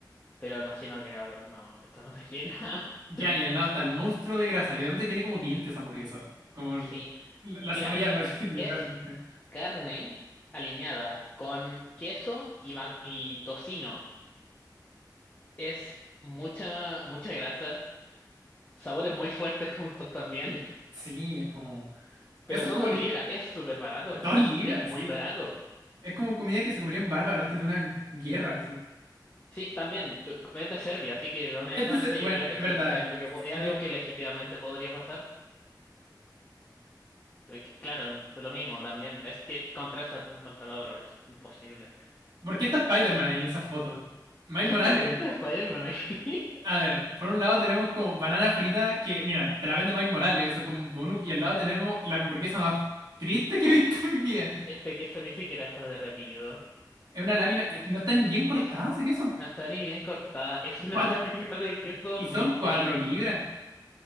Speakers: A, on the left; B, on the right.
A: Pero no, si no creo, no, esto no te llena.
B: Ya,
A: <laughs>
B: y al lado está el monstruo de grasa, literalmente tiene como dientes esa hamburguesa, como el-
A: Sí,
B: la, la
A: mira,
B: cebolla <laughs> parece que le
A: es
B: fueran dientes.
A: carne aliñada con queso y, va- y tocino. Es mucha, mucha grasa, sabores muy fuertes juntos también,
B: Sí, es como,
A: pero
B: eso
A: son
B: es como
A: dos
B: li-
A: libras, es súper barato,
B: dos libras,
A: es muy
B: sí.
A: barato.
B: Es como comida que se comería un bárbaro antes de una guerra, sí.
A: Sí, también, yo- es de Serbia, así que honestamente
B: Este, se- bueno,
A: yo creo que
B: es
A: sí,
B: verdad,
A: es algo que, po- es
B: bien-
A: algo que legítimamente podría pasar. Eh, c- Claro, lo mismo también, es que contra, esa- contra el otro es imposible.
B: ¿por qué está Spider-Man ahí en esa foto? Miles Morales.
A: ¿Por qué está Spider-Man aquí? <laughs>
B: A ver, por un lado tenemos como banana frita, que mira, te la vende Miles Morales, eso es como un bonus, y al lado tenemos la hamburguesa más triste que he visto en mi vida.
A: Este queso ni siquiera está derretido.
B: Es una lámina, eh,
A: Es,
B: no están ni bien cortadas
A: es,
B: ese queso.
A: no está ni bien cortada. Es
B: Y,
A: una
B: cuat-
A: <laughs> lámina de queso
B: y
A: muy
B: son
A: triste.
B: cuatro libras.